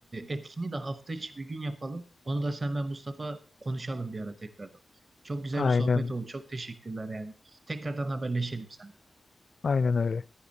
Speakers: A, on the right; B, on the left.
A: etkini de hafta içi bir gün yapalım. Onu da sen ben Mustafa konuşalım bir ara tekrardan. Çok güzel
B: Aynen.
A: bir sohbet oldu. Çok teşekkürler yani. Tekrardan haberleşelim sen.
B: Aynen öyle.